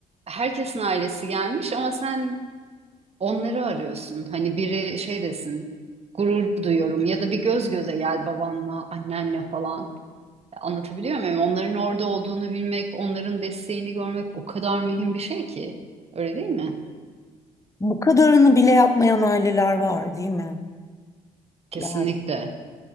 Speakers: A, on the right; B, on the left.
A: herkesin ailesi gelmiş ama sen Onları arıyorsun. Hani biri şey desin, gurur duyuyorum ya da bir göz göze gel babanla, annenle falan. Anlatabiliyor muyum? Onların orada olduğunu bilmek, onların desteğini görmek o kadar mühim bir şey ki. Öyle değil mi?
B: Bu kadarını bile yapmayan aileler var, değil mi?
A: Kesinlikle.
B: Yani